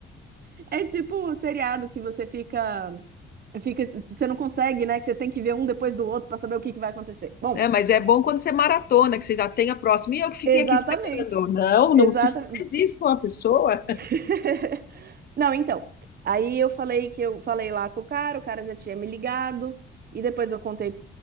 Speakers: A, on the right (about 50°); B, on the left (about 50°).
A: <laughs> é tipo o seriado que você fica, fica, você não consegue, né? Que você tem que ver um depois do outro para saber o que que vai acontecer. Bom,
B: Né? Mas é bom quando você maratona, que você já tem a próxima. E eu que fiquei
A: exatamente,
B: aqui esperando. Não, não
A: exatamente.
B: se faz isso com a pessoa.
A: <laughs> Não, então. Aí eu falei que eu falei lá com o cara, o cara já tinha me ligado, e depois eu contei,